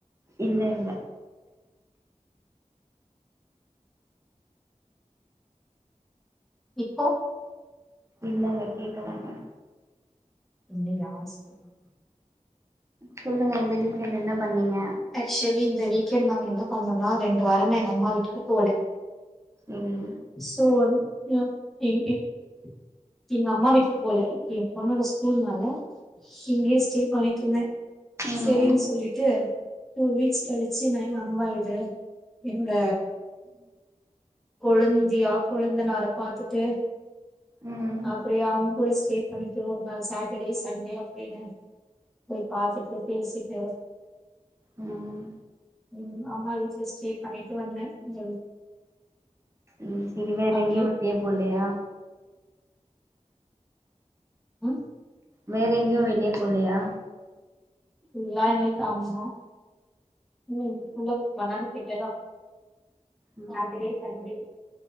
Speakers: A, on the right; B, in the centre.
A: இல்ல இல்ல
B: இப்போ
A: இல்லங்க கேக்கலங்க
B: இன்னிக்கு லாஸ்டாம
A: சொல்லுங்க இந்த வீக்கெண்ட் என்ன பண்ணீங்க
B: ஆக்சுவலி இந்த வீக்கெண்ட் நாங்க என்ன பண்ணோம்னா ரெண்டு வாரம எங்க அம்மா வீட்டுக்கு போல
A: உம்
B: சோ வந் எ <unintelligible> எங்க அம்மா வீட்டுக்கு போல எ பொண்ணோட ஸ்கூல்னால இங்கயே ஸ்டே பண்ணிட்டு இருந்தே
A: ம்
B: செரினு சொல்லிட்டு டூ வீக்ஸ் கழிச்சு நா எங்க அம்மா வீடு என்னோட கொழுந்தியா கொழுந்த நார பாத்துட்டு
A: ம்
B: அப்படியே அவங்க கூட ஸ்டே பண்ணிட்டு ஒரு நாள் சாட்டர்டே சண்டே அப்படின்னு போய் பாத்துட்டு பேசிட்டு
A: உம்
B: உம் அம்மா வீட்டு்ல ஸ்டே பண்ணிட்டு வந்தே இந்த தட
A: ம் சரி வேற
B: அங்கே
A: எங்கயும் வேலிய போலையா
B: அ
A: வேற எங்கேயு வெளிய போலையா
B: எல்லா இன்னைக்கு அம்மா இல்ல இன்னிக்கு புள்ளா வண்ணார பேட்டேதா
A: ம்
B: சேட்டடே சண்டே